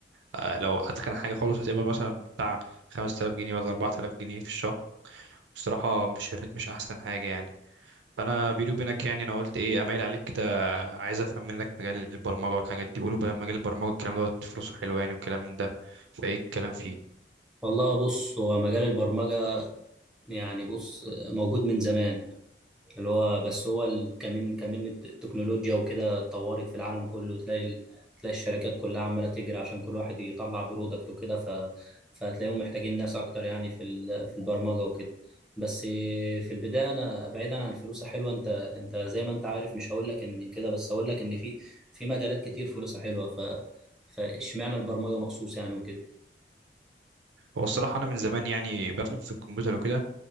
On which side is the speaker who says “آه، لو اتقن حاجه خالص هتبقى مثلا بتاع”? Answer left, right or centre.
Right